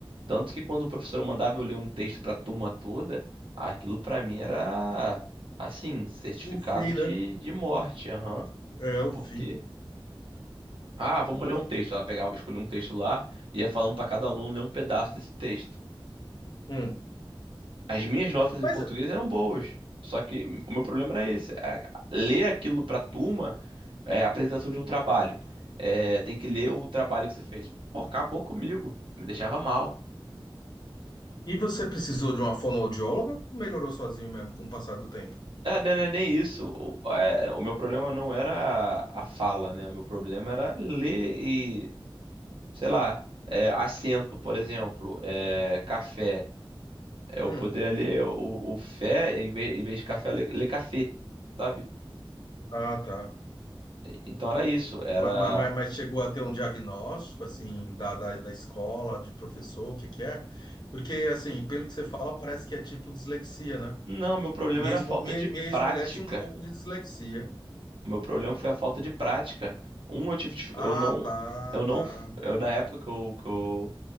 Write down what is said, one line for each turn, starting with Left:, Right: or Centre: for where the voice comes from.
Right: Tanto que quando o professor mandava eu ler um texto para a turma toda, aquilo para mim era assim, certificado
Left: O fim,
Right: de,
Left: né?
Right: de morte. aham.
Left: É o
Right: Por
Left: fim.
Right: quê? Ah, vamos ler um texto. Ela pegava, escolhia um texto lá e ia falando para cada aluno ler um pedaço desse texto.
Left: Hum.
Right: As minhas notas
Left: Mas
Right: em português eram boas, só que o meu problema era esse. é, Ler aquilo para a turma é apresentação de um trabalho. É, tem que ler o trabalho que você fez. Pô, acabou comigo. Me deixava mal.
Left: e você precisou de uma fonoaudióloga? Melhorou sozinho mesmo com o passar do tempo?
Right: É, não é nem isso. O, é, o meu problema não era a fala, né? O meu problema era ler e, sei lá, é, assento, por exemplo, é, café. é Eu
Left: Hum.
Right: poderia ler o, o fé, em vez, em vez de café, ler, ler café, sabe?
Left: Ah, tá.
Right: Então era isso, era...
Left: Mas, mas, mas chegou a ter um diagnóstico, assim, da, da, da escola, de professor, o que que é? Porque, assim, pelo que você fala, parece que é tipo dislexia, né?
Right: Não, meu problema
Left: Mesmo,
Right: era a falta
Left: minha
Right: de
Left: minha ex-mulher
Right: prática.
Left: tinha um pouco de dislexia.
Right: O meu problema foi a falta de prática. Um, eu tive... dif-
Left: Ah,
Right: Eu não...
Left: tá,
Right: Eu não...
Left: tá.
Right: Eu, na época que eu, que eu,